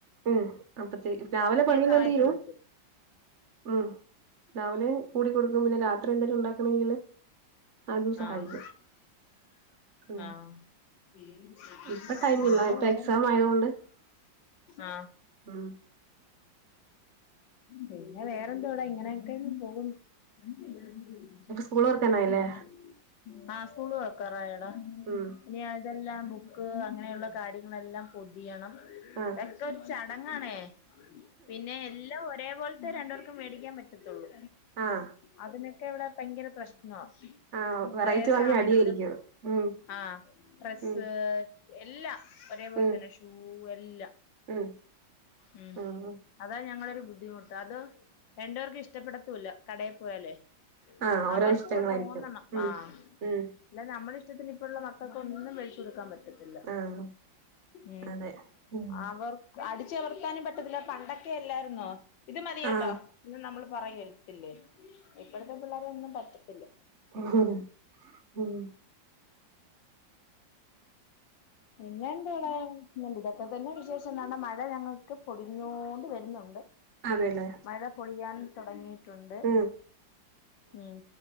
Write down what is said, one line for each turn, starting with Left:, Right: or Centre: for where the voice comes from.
Right: ഉം അപ്പത്തെ രാവിലെ പണിയെല്ലാം
Left: സഹായിച്ചു
Right: തീരും
Left: കൊടുക്കും
Right: ഉം രാവിലെ കൂടിക്കൊടുക്കു പിന്നെ രാത്രി എന്തേലും ഉണ്ടാക്കണെങ്കില് അതും സഹായിക്കും
Left: ആഹ്
Right: ഉം
Left: ആഹ്. പിന്ന
Right: ഇപ്പൊ ടൈം ഇല്ല ഇപ്പൊ
Left: വേറെ
Right: എക്സാം ആയതുകൊണ്ട്
Left: ആഹ്.
Right: ഉം
Left: പിന്നെ വേറെന്തോട ഇങ്ങനെയൊക്കെങ്ങ് പോകുന്നു. <unintelligible>
Right: സ്കൂളോർക്കനായല്ലേ?
Left: ഉം ആഹ് സ്കൂള് തെറക്കാറായെടാ
Right: ഉം.
Left: ഇനി അതെല്ലാം ബുക്ക് അങ്ങനെയുള്ള കാര്യങ്ങളെല്ലാം പൊതിയണം
Right: ആഹ്
Left: ക്കെ ഒരു ചടങ്ങാണേ പിന്നെ എല്ലോം ഒരേ പോൽത്തെ രണ്ടേർക്കും മേടിക്കാൻ പറ്റ റ്റത്തുള്ളു
Right: ആഹ്
Left: അതിനൊക്കെ ഇവിടെ പയങ്കര പ്രശ്നാ.
Right: ആഹ് വെറൈറ്റി
Left: ഡ്രേയേസാണെങ്കിലും
Right: വാങ്ങിയ അടിയായിരിക്കും ഉം
Left: ആഹ് ഡ്രസ്സ്
Right: ഉം
Left: എല്ലാം ഒരേ പോൽതന്നെ
Right: ഉം
Left: ഷൂ എല്ലാം.
Right: ഉം.
Left: ഉം.
Right: ആഹ്
Left: അതാ ഞങ്ങളൊരു ബുദ്ധിമുട്ട് അത് രണ്ട് പേർക്കും ഇഷ്ടപ്പെടത്തൂല്ല കടേ പോയാലേ.
Right: ആഹ് ഓരോ
Left: അവർക്ക്
Right: ഇഷ്ടങ്ങളായിരിക്കും
Left: തോന്നണം
Right: ഉം
Left: ആഹ്
Right: ഉം.
Left: അല്ല നമ്മള ഇഷ്ടത്തിന് ഇപ്പുള്ള മക്കക്കൊന്നു വേടിച്ചുടുക്കാൻ പറ്റത്തി ത്തില്ല
Right: ആഹ്
Left: ഉം
Right: അതെ ഉം
Left: അവർ അടിച്ച അമർത്താനും പറ്റത്തില്ല പണ്ടൊക്കെ എല്ലായിരുന്നോ ഇത് മതിയെട്ടോ
Right: ആഹ്
Left: എന്ന് നമ്മള് പറയ ത്തില്ലേ ഇപ്പഴത്തെ പിള്ളേരൊന്നും പറ്റത്തില്ല. <unintelligible>
Right: ഉം ഉം
Left: പിന്നെ എന്തുവാടാ യ ഇതൊക്കെ തന്നെ വിശേഷം എന്താ മഴ ഞങ്ങക്ക് പൊടിഞ്ഞോണ്ട് വെരുന്നുണ്ട്.
Right: അതെല്ലേ.
Left: മഴ പൊളിയാൻ തൊടങ്ങിട്ടുണ്ട്
Right: ഉം
Left: ഉം.